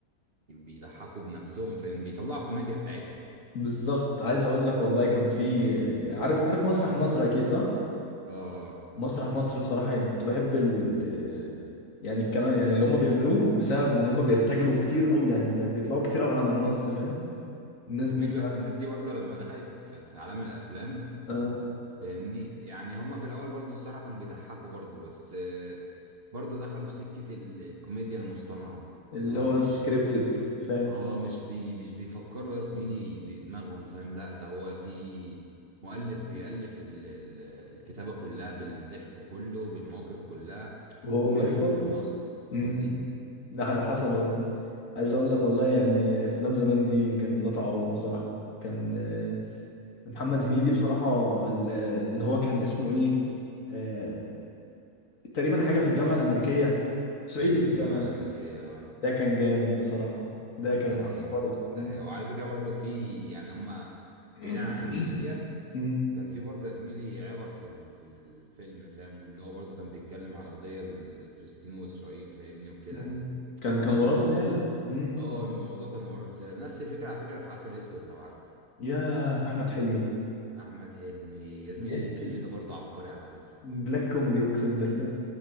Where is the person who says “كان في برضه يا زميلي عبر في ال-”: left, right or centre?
Right